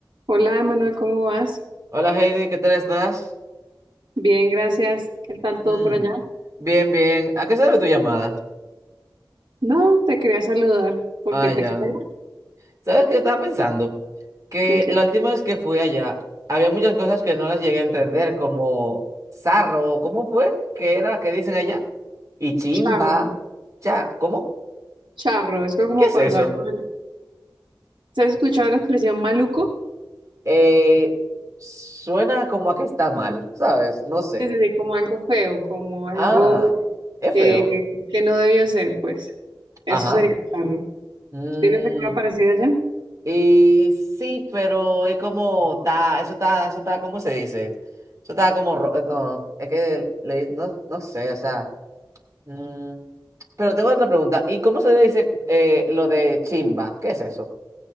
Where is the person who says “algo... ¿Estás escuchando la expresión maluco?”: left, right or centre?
Right